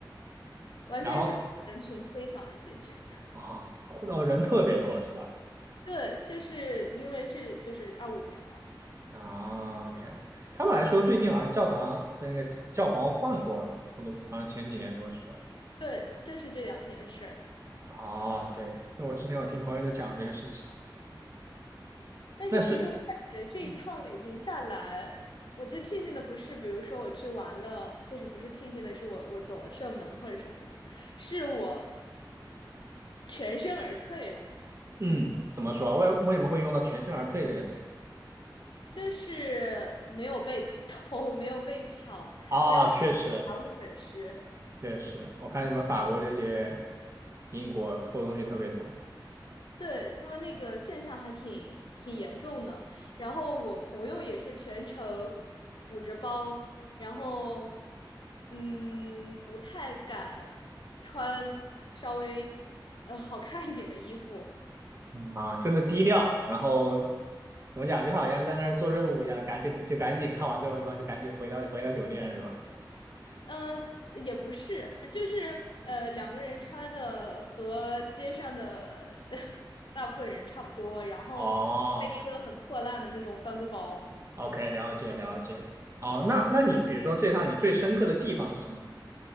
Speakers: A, on the left; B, on the right.
A: 完全是被人群推搡着进去的。
B: 然后哦，哦，人特别多是吧？
A: <laughs> 对，就是因为是就是二五年嘛，
B: 啊，OK，他们还说最近好像教堂那个教皇换过了，我都好像前几年什么时候？
A: 对，就是这两天的事儿。
B: 啊，对，那我之前我听朋友在讲这个事情，
A: 但是其实我感觉这一趟旅行下来，
B: 但是，嗯，
A: 我最庆幸的不是，比如说我去玩了，就是不是庆幸的是我我走了射门或者什么的，是我全身而退了，
B: 嗯怎么说？为为什么会用到全身而退这个词？
A: 就是没有被 <laughs> 偷，没有被抢，
B: 啊，确实
A: <laughs> 财物损失。
B: 确实，我看你们法国这些英国偷东西特别多，
A: 对，他们那个现象还挺挺严重的。然后我朋友也是全程捂着包，然后嗯，不太敢穿稍微呃好看一点的衣服。
B: 嗯啊，就是低调，然后怎么讲，就好像在那儿做任务一样，赶紧就赶紧看完各位吧，就赶紧回到回到酒店是吧？
A: 嗯，也不是，就是呃两个人穿的和街上的 <laughs> 大部分人差不多，然后
B: 哦，
A: 背一个很破烂的那种帆布包。
B: OK，了解了解。哦，那那你比如说这趟你最深刻的地方是什么？